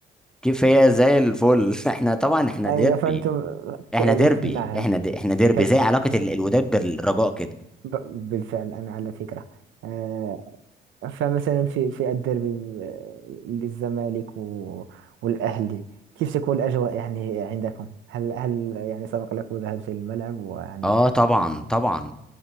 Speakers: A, in the centre; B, on the right (about 75°).
A: كيف هي زي الفل <laughs> احنا طبعا احنا
B: يعني
A: ديربي
B: فانتم ك...
A: احنا ديربي
B: <laughs> نعم
A: احنا دي احنا ديربي
B: كال...
A: زي علاقه ال- الوداد بالرجاء كده
B: ب... بالفعل انا على فكره آه، فمثلا في في الديربي للزمالك و- والأهلي كيف تكون الأجواء يعني عندكم هل هل يعني سبق لك وذهبت للملعب ويعني
A: اه طبعا طبعا